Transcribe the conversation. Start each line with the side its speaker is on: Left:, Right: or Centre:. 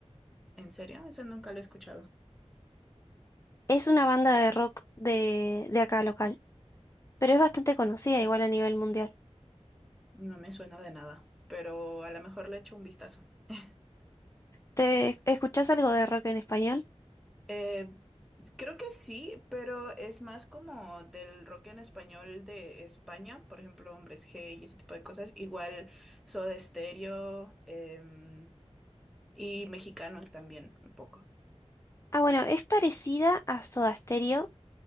Centre: ¿En serio? Ese nunca lo he escuchado.
Left: Es una banda de rock de, de acá local, pero es bastante conocida igual a nivel mundial.
Centre: No me suena de nada, pero a lo mejor le echo un vistazo. <laughs>
Left: ¿Te escuchás algo de rock en español?
Centre: Eh, creo que sí, pero es más como del rock en español de España, por ejemplo, Hombres G y ese tipo de cosas. Igual Soda Stereo, em, y mexicanos también, un poco.
Left: Ah, bueno, es parecida a Soda Stereo